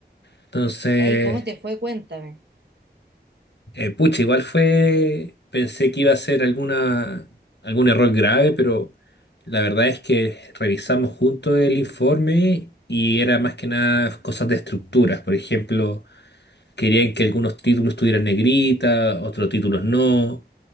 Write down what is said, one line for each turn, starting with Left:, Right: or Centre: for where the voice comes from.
Left: Entonces,
Right: Y ahí, ¿cómo te fue? Cuéntame.
Left: Eh, pucha, igual fue, pensé que iba a ser alguna, algún error grave, pero la verdad es que revisamos juntos el informe y era más que nada cosas de estructuras. Por ejemplo, querían que algunos títulos tuvieran negrita, otros títulos no.